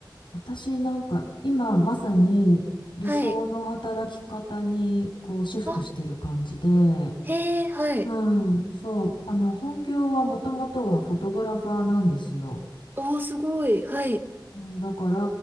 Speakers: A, on the left; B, on the right.
A: 私なんか、今まさに理想の働き方にこうシフトしてる感じで、
B: はい。あ、へえ、はい。
A: うん、そう、あの本業はもともとはフォトグラファーなんですよ。
B: おー、すごい。はい。
A: もうだから、